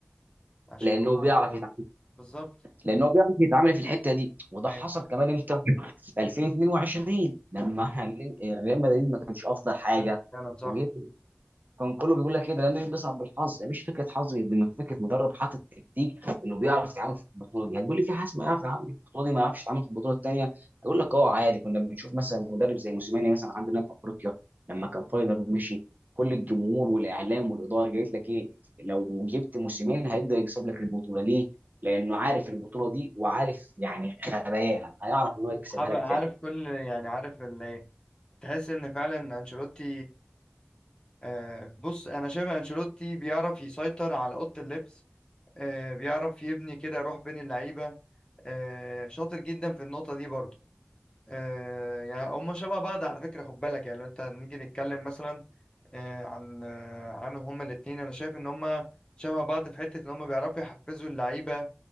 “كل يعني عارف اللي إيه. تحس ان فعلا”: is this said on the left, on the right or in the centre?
Left